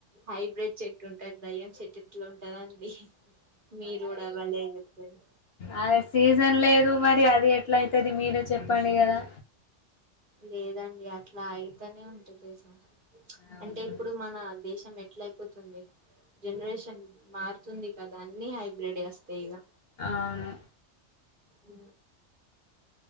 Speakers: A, on the right (about 45°); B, on the left (about 55°).
A: హైబ్రిడ్ చెట్టు ఉంటది దయ్యం చెట్టు ఎట్ల ఉంటందా అండి మీరు గూడ అలానే అనకపోయారు
B: అరే సీజన్ లేదు మరి అది ఎట్లా అయితది మీరే చెప్పండి గదా
A: లేదండి అట్ల అయితేనే ఉంటడి తెల్సా
B: అవును
A: అంటే ఇప్పుడు మన దేశం ఎట్ల అయిపోతుంది జనరేషన్ మారు తుంది కదా అన్ని హైబ్రిడే అస్తయి ఇగ
B: అవును
A: ఊ